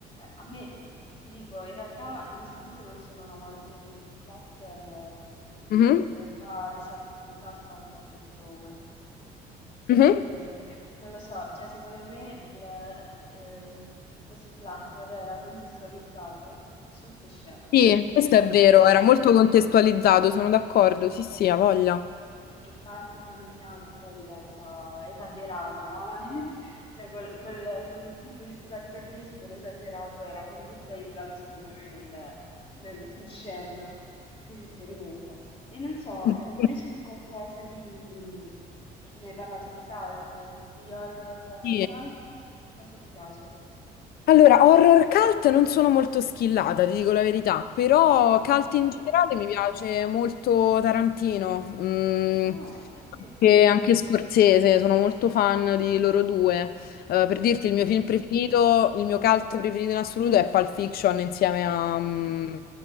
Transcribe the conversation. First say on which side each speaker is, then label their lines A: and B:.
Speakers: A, on the left (about 35°); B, on the left (about 65°).
A: A me, ti dico, in realtà, nonostante non sono un amante degli splatter, mm,
B: Mhm,
A: in realtà The, Sus- The Substance è piaciuto moltissimo. Perché,
B: mhm.
A: non lo so, cioè secondo me il, ehm, lo splatter era contestualizzato sul crescendo,
B: Sì,
A: perché
B: questo
A: parte...
B: è vero, era molto contestualizzato, sono d'accordo, sì, sì, ha voglia.
A: Perché parte piano piano e poi diventa esagerato, no? <laughs> Cioè quel, quel- quel tipo di splatter lì super esagerato era contestualizzato secondo me nel, nel crescendo che si sperimenta. E non so,
B: <laughs>
A: eh, invece qualcosa di... mh, mi hai parlato di cult, di horror
B: Sì,
A: eh, cult, cosa ti piace?
B: Allora, horror cult non sono molto skillata, ti dico la verità, però
A: Mm,
B: cult
A: ok.
B: in generale mi piace molto Tarantino, mm,
A: Ah, sì, sì.
B: anche, anche Scorsese, sono molto fan di loro due. Eh, per dirti,
A: Eh sì,
B: il mio film preferito, il mio cult preferito in assoluto è Pulp Fiction insieme a, mm,